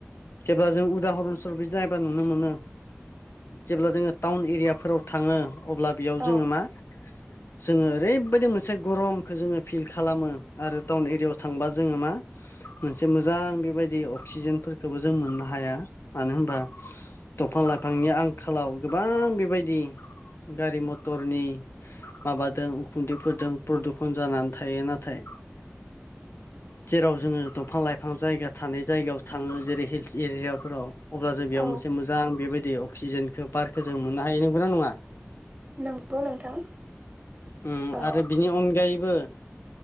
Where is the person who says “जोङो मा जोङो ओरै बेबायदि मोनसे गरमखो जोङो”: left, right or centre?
Left